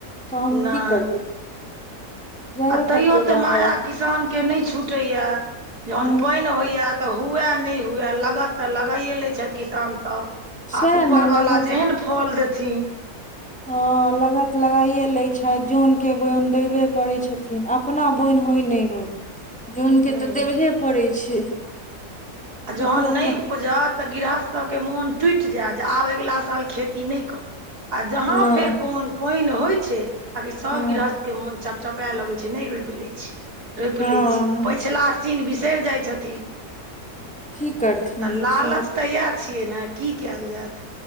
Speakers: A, in the centre; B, on the right.
A: तहन
B: नै
A: की करतै जाइए
B: आ तैयो
A: पड़तै
B: तऽ,
A: बाहर
B: माया किसान के नै छुटैया जहन
A: ह
B: पाइन होइया तऽ हुए नै हुए लागत तऽ, लगाइए लैत छथि किसानसब।
A: सएह
B: आब उपरबाला
A: ने लागत
B: जेहन फल देथिन।
A: हँ लगत लगाइए लैत छइथ जोनके बोन देबे करैत छथि अपना बोन होय नई होयन जोनके
B: नहि
A: तऽ,
B: होय
A: देबहे पड़ै छै।
B: आ जहन
A: ककरो
B: नय
A: ख
B: उपजत तऽ, गिरहस्थ सभके मोन टुटि जायत जे आब अगिला साल खेती नई करब। आ जहा
A: नहि
B: फेर प पाईन होइ छै, आकी सब
A: हँ
B: गृहस्थ के मन चपचपा लगै छै, नई रोइप लै छी, रोइप
A: हँ
B: लै छी, पछिला सीन बिसइर जाइ छथिन।
A: की करथिन।
B: तऽ लालच
A: छौ
B: तऽ, इएह छियै ने की कयल जायत